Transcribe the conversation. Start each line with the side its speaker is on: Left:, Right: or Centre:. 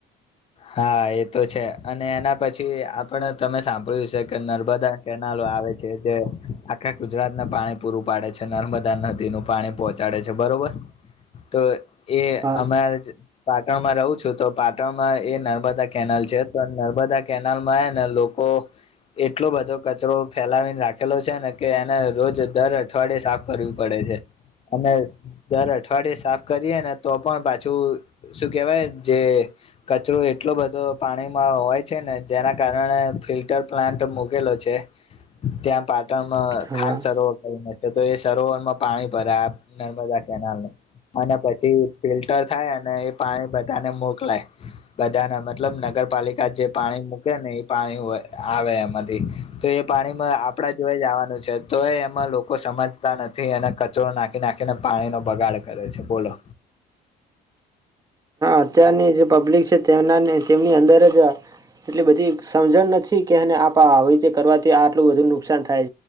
Left: હા એ તો છે અને એના પછી આપણે તમે સાંભળ્યું છે કે નર્મદા કેનાલો આવે છે જે આખા ગુજરાતને પાણી પૂરું પાડે છે નર્મદા નદીનું પાણી પહોંચાડે છે બરોબર તો એ
Right: હા
Left: અમારે પાટણ માં રહું છું તો પાટણ એ નર્મદા કેનાલ છે તો નર્મદા કેનાલમાંને લોકો એટલો બધો કચરો ફેલાવીને રાખેલો છે ને કે એને રોજ દર અઠવાડિયે સાફ કરવી પડે છે અને દર અઠવાડિયે સાફ કરીએ ને તો પણ પાછું શું કેહેવાય જે કચરો એટલો બધો પાણીમાં હોય છે ને જેના કારણે ફિલ્ટર પ્લાન્ટ મૂકેલો છે ત્યાં પાટણમાં
Right: હા
Left: ખંાન સરોવર કરીને છે તો એ સરોવરમાં પાણી ભરા નર્મદા કેનાલ અને પછી ફિલ્ટર થાય અને એ પાણી બધાને મોકલાય બધાને મતલબ નગરપાલિકા જે પાણી મૂકે ને એ પાણી આવે એમાંથી તો એ પાણીમાં આપણા જોઈ જવાનું છે તો એ એમાં લોકો સમજતા નથી એને કચરો નાખી નાખીને પાણીનો બગાડ કરે છે બોલો
Right: અત્યારની જે પબ્લિક છે તેમના તેમની અંદર જ એટલી બધી સમજણ નથી કે એને આપ આવી રીતે કરવાથી આટલું વધુ નુકસાન થાય